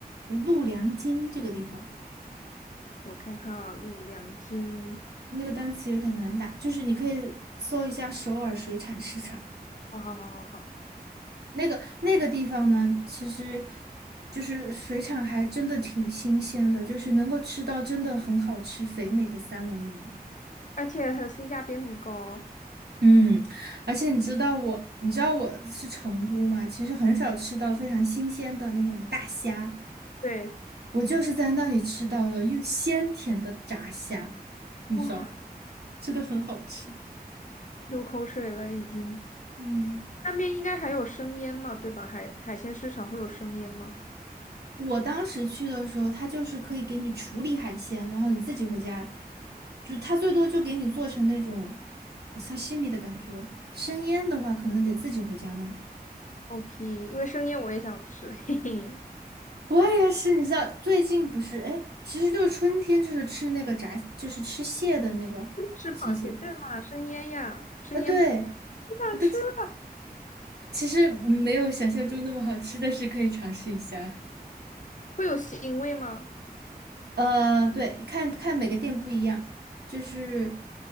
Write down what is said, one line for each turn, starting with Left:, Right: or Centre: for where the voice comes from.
Right: 陆良京这个地方，
Left: 我看看啊，陆两斤。
Right: 那个单词有点难打，就是你可以搜一下首尔水产市场。
Left: 好好好好好，
Right: 那个那个地方呢，其实就是水产还真的挺新鲜的，就是能够吃到真的很好吃肥美的三文鱼。
Left: 而且很性价比很高。
Right: 嗯，而且你知道我，你知道我是成都嘛，其实很少吃到非常新鲜的那种大虾，
Left: 对，
Right: 我就是在那里吃到了又鲜甜的炸虾，你知道，
Left: 哇，
Right: 真的很好吃。
Left: 流口水了已经。
Right: 嗯。
Left: 那边应该还有生腌嘛，对吧？海海鲜市场会有生腌吗
Right: 我当时去的时候，他就是可以给你处理海鲜，然后你自己回家，就他最多就给你做成那种呃 sashimi 的感觉，生腌的话可能得自己回家弄。
Left: ？OK，因为生腌我也想吃，<laughs> 嘿嘿。
Right: 我也是，你知道最近不是，哎，其实就是春天，就是吃那个炸，就是吃蟹的那个季节。
Left: 是螃蟹，对嘛？生腌呀，生腌螃，
Right: 啊，对，
Left: 不想吃了，
Right: 对，其实没有想象中那么好吃，但是可以尝试一下。
Left: 会有腥味吗？
Right: 呃，对，看看每个店不一样，就是，